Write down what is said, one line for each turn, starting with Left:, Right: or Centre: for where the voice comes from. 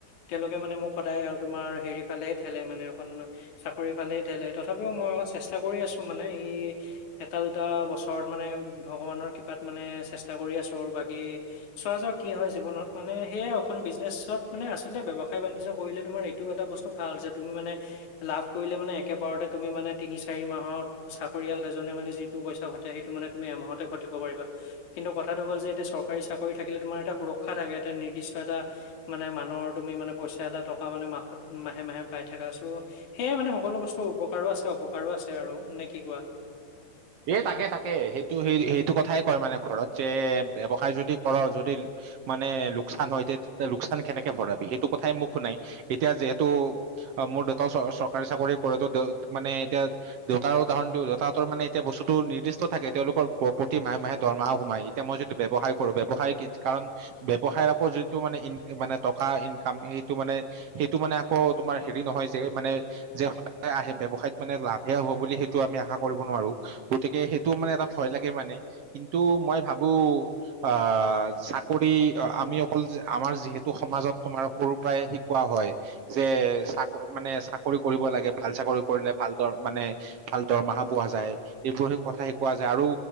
Left: তেওঁলোকে মানে মোক সদায় আৰু তোমাৰ হেৰি ফালে থেলে মানে অকণ চাকৰি ফালেই থেলে তথাপিও মই অলপ চেষ্টা কৰি আছো মানে ই এটা দুটা বছৰত মানে ভগৱানৰ কৃপাত মানে চেষ্টা কৰি আছো আৰু বাকী চোৱা যাওঁক কি হয় জীৱনত, মানে সেয়ে এখন বিজনেছত মানে আচলতে ব্যৱসায় বাণিজ্য কৰিলে তোমাৰ এইটো এটা বস্তু ভাল যে তুমি মানে লাভ কৰিলে মানে একেবাৰতে তুমি মানে তিনি চাৰি মাহত চাকৰিয়াল এজনে মানে যিটো পইচা ঘটে সেইটো মানে তুমি এমাহতে ঘটিব পাৰিবা। কিন্তু কথাটো হ'ল যে এতিয়া চৰকাৰী চাকৰি থাকিলে তোমাৰ এটা সুৰক্ষা থাকে এটা নিৰ্দিষ্ট এটা মানে মানুহৰ তুমি মানে পইচা এটা টকা মানে মাহত মাহে মাহে পাই থাকা ছ সেয়ে মানে সকলো বস্তু উপকাৰো আছে অপকাৰো আছে আৰু। নে কি কোৱা?
Right: এ তাকে তাকে সেইটো সেই সেইটো কথাই কয় মানে ঘৰত যে ব্যৱসায় যদি কৰ যদি মানে লোকচান হয় তে লোকচান কেনেকে ভৰাবি? সেইটো কথাই মোক শুনাই এতিয়া যিহেতু অ মোৰ দেউতাও চৰকাৰী চাকৰি কৰে ত মানে এতিয়া দেউতাৰ উদাহৰণ দি দেউতা হঁতৰ মানে এতিয়া বস্তুটো নিৰ্দিষ্ট থাকে তেওঁলোকৰ প্ৰতি মাহে মাহে দৰমাহ সোমায়, এতিয়া মই যদি ব্যৱসায় কৰোঁ ব্যৱসায় কাৰণ ব্যৱসায় আকৌ যিটো মানে মানে টকা ইনকাম সেইটো মানে সেইটো মানে আকৌ তোমাৰ হেৰি নহয় যে মানে যে সদায় আহে ব্যৱসায়ত মানে লাভে হ'ব বুলি সেইটো আমি আশা কৰিব নোৱাৰো। গতিকে সেইটো মানে এটা ভয় লাগে মানে, কিন্তু মই ভাবো আহ চাকৰি আমি অকল আমাৰ যিহেতু সমাজত তোমাৰ সৰুৰ পৰাই শিকোৱা হয় যে চাক মানে চাকৰি কৰিব লাগে ভাল চাকৰি কৰিলে ভাল দৰ মানে ভাল দৰমহা পোৱা যায় এইবোৰ সেই কথা শিকোৱা যায় আৰু